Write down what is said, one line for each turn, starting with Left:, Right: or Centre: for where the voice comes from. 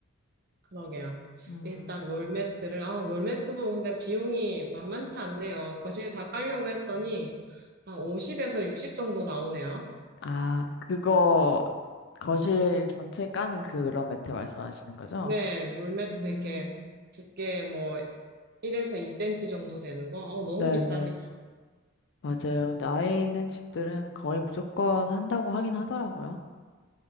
Right: 그러게요.
Left: 음,
Right: 일단 롤매트를, 아, 롤매트도 근데 비용이 만만치 않네요. 거실 다 깔려고 했더니, 한 50에서 60 정도 나오네요.
Left: 아, 그거 거실 전체 까는 그런 매트 말씀하시는 거죠?
Right: 네, 롤매트
Left: 음.
Right: 이렇게 두께 뭐 1에서 2cm 정도 되는 거, 어, 너무
Left: 네네.
Right: 비싸네.
Left: 맞아요. 근데 아이 있는 집들은 거의 무조건 한다고 하긴 하더라고요.